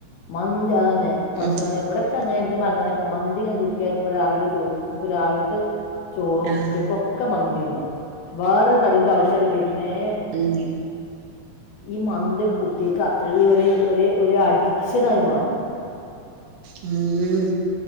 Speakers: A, on the left; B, on the right.
A: മന്തി അതന്നെ പട്‌ചോനെ
B: ഉം
A: ഇവടൊ ക്കെ അങ്ങനെ എന്റെ മകനൊക്കെ മന്തി ഇങ്ങനെ കിട്ടിയാ ഇനിപ്പൊ രാവിലെ ചോ ഇനിപ്പൊ രാവിൽത്തെ ചോറും
B: ആഹ്
A: ഉച്ചക്കും ഒക്കെ മന്തി തന്നെ വേറെ കടിന്റെ ആവശ്യം അത് വരുന്നേ
B: <unintelligible> ന്തി
A: ഈ മന്തി <unintelligible> കു ട്ടിയാക്ക് അത്രയും ഒരു ഒരു ഒരു അഡിക്ഷന ആയി മാറി
B: ഉം